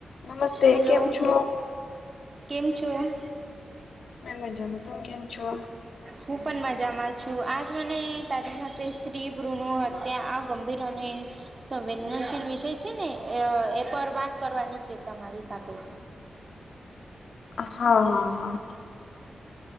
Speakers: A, on the left; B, on the right.
A: નમસ્તે
B: હેલો
A: કેમ છો?
B: કેમ છો?
A: મે મજામાં તમ કેમ છો?
B: હું પણ મજામાં છું આજ મને તારી સાથે સ્ત્રી ભ્રુણ હત્યા આ ગંભીર અને સંવેદનશીલ વિષય છે ને અ એ પર વાત કરવાની છે તમારી સાથે
A: અ હા હા હા